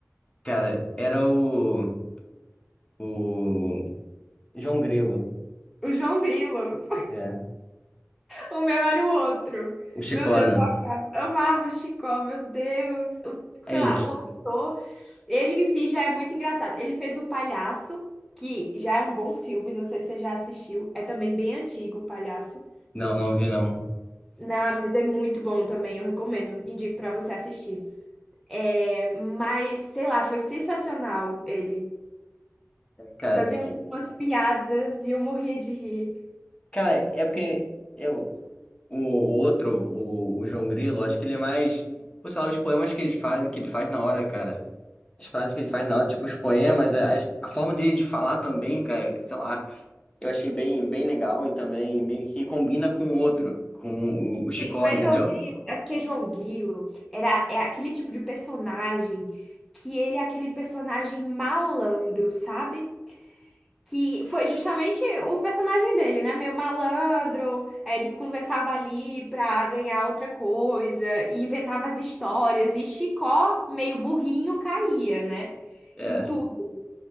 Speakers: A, on the left (about 20°); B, in the centre.
A: Cara, era o, o João Grilo,
B: O João Grilo.
A: é,
B: O meu era o outro.
A: o Chicona.
B: Meu Deus, eu amava, amava o Chicó, meu Deus. O- sei
A: É isso.
B: lá, o ator, ele em si já é muito engraçado. Ele fez o Palhaço, que já é um bom filme, não sei se você já assistiu. É também bem antigo o Palhaço.
A: Não, não vi, não.
B: Não, mas é muito bom também, eu recomendo. Indico pra você assistir. É, mas, sei lá, foi sensacional ele.
A: É, Cara,
B: Fazia
A: é,
B: umas piadas e eu morria de rir.
A: cara, é porque eu, O outro, o, o João Grilo, acho que ele é mais. Pô, sei lá, os poemas que ele faz, que ele faz na hora, cara. As frases que ele faz na hora, tipo, os poemas, a, a forma dele de falar também, cara, sei lá, eu achei bem, bem legal e também meio que combina com o outro, com o, o Chicó,
B: Sim, Mas
A: entendeu?
B: João Grilo, é porque João Grilo era, é aquele tipo de personagem que ele é aquele personagem malandro, sabe? Que foi justamente o personagem dele, né? Meio malandro, é, desconversava ali pra ganhar outra coisa, e inventava as histórias, e Chicó, meio burrinho, caía, né?
A: É,
B: Em tudo.